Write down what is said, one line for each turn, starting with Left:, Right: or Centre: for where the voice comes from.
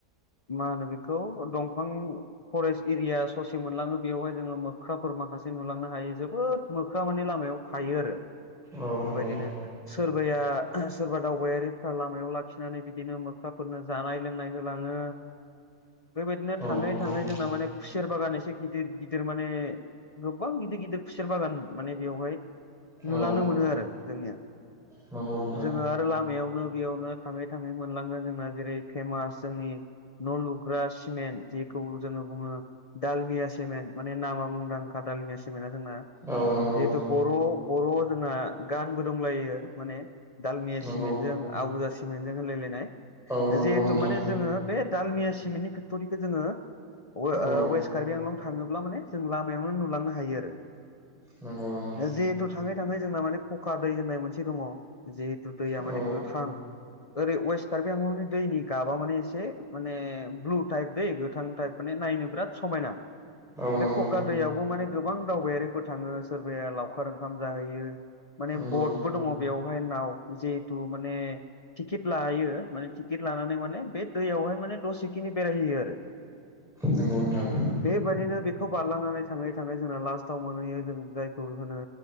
Left: मा होनो बेखौ दंफां फरेस्ट एरिया ससे मोनलाङो बेवहाय जोङो मोख्राफोर माखासे नुलांनो हायो जोबोद मोख्रा माने लामायाव थायो आरो
Centre: औ नंगौ
Left: बेबायदिनो सोरबाया सोरबा दावबायारिफ्रा लामायाव लाखिनानै बिदिनो मोखाफोरनो जानाय लोंनाय होलाङो बेबायदिनो
Centre: औ
Left: थाङै
Centre: नंगौ
Left: थाङै जोंना माने खुसेर बागान एसे गिदिर गिदिर माने गोबां गिदिर गिदिर खुसेर बागान माने बेवहाय
Centre: औ
Left: नुलांनो मोनोआरो जोंनिया
Centre: नंगौ नोंथां
Left: जोङो आरो लामायावनो बेयावनो थाङै थाङै मोनलांगोन जोंना जेरै फेमास जोंनि न' लुग्रा सिमेन्ट जेखौ जोङो बुङो दडालमिया सेमेन्ट माने नामा मुंदांखा दालमिया सि सिमेना जोंना
Centre: औ नंगौ
Left: जिहेथु बर' बर' जोंना गानबो दंलायो माने दालमिया
Centre: नंगौ
Left: सिमेन्टजों आबुजा सिमेन्टजों होलायलायनाय
Centre: औ नंगौ
Left: जिहेथु
Centre: नोंथां
Left: माने जोङो बे दालमिया सिमेन्टनि फेक्टरिखौ जोङो वे
Centre: औ
Left: ओ वेस्ट कार्बि आंलाव थाङोब्ला माने जों लामायावनो नुलांनो हायोआरो
Centre: नांगौ नांगौ
Left: जिहेथु थाङै थाङै जोंना माने कक दै होननाय मोनस से दङ जिहेतु दैया
Centre: औ
Left: माने गोथां ओरै वेस्ट कारबि आंलंनि दैनि गाबा माने एसे माने ब्लु टाइप दै गोथां टाइप माने नायनो बिराद समायना
Centre: औ
Left: बे
Centre: नंगौ
Left: कका दैयावबो माने गोबां दावबायारिफोर थाङो सोरबाया लावखार ओंखाम जाहैयो माने
Centre: नंगौ
Left: बडबो दङ बेवहाय नाव जिहेतु माने टिकेट लायो माने टिकेट लानानै माने बे दैयावहाय माने दसेखिनि बेरायहैयोआरो <inaudible>
Centre: नंगौ नोंथां
Left: बेबायदिनो बेखौ बारलांनानै थाङै थाङै जोंना लास्टआव मोनहैयो जों जायखौ होनो